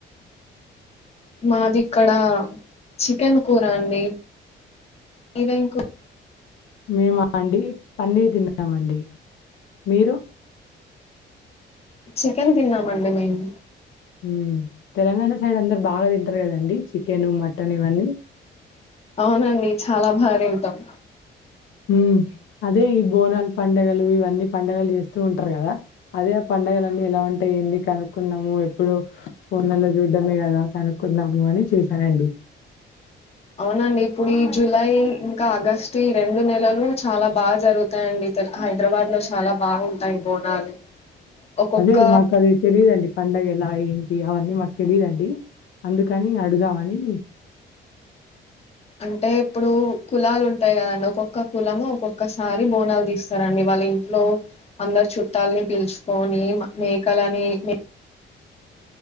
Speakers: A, on the left; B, on the left.
A: మాది ఇక్కడ చికెన్ కూర అండి మీదేం కు
B: మేమ అండి పన్నీర్ తిన్నామండి మీరు
A: చికెన్ తిన్నమండి మేము
B: మ్మ్ తెలంగాణ సైడ్ అందరు బాగా తింటారు కదండి చికెన్ మటన్ ఇవన్నీ
A: అవునండి చాలా బాగా తింటాం
B: మ్మ్ అదే ఈ బోనాలు పండగలు ఇవన్నీ పండగలు చేస్తూ ఉంటారు కదా అదే ఆ పండుగలన్నీ ఎలా ఉంటాయి ఏంది కనుక్కున్నాము ఎప్పుడు ఫోన్లలో చూడ్డమే కదా కనుకుందాము అని చేశానండి
A: అవునండి ఇప్పుడు ఈ జులై ఇంకా ఆగస్టు ఈ రెండు నెలలు చాలా బాగా జరుగ తాయండి హైదరాబాద్ లో చాలా బాగుంటాయి బోనాలు ఒక్కొక్క
B: అదే మాకది తెలీదండి పండగ ఎలా ఏంటి అవన్నీ మాకు తెలీదండి అందుకని అడుదామని
A: అంటే ఇప్పుడు కులాలు ఉంటాయి కదండి ఒక్కొక్క కులము ఒక్కొక్కసారి బోనాలు తీస్తారండి వాళ్ళు ఇన్ లో అందరు చుట్టాలని పీల్చుకొని మేకలని మే